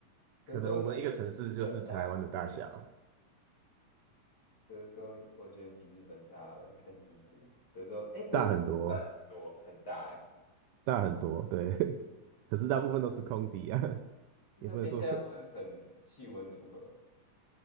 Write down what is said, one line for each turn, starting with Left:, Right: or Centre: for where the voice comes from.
Left: 德州应该也比日本大，
Right: 可能我们一个城市就是台湾的大小，
Left: 我德州我觉得比日本大。看地图，德州，哎、德州算很多很大哎、
Right: 大很多，大很多，对。<laughs> 可是大部分都是空地啊，<laughs>
Left: 那边现在会很气温如何？
Right: 也不能说，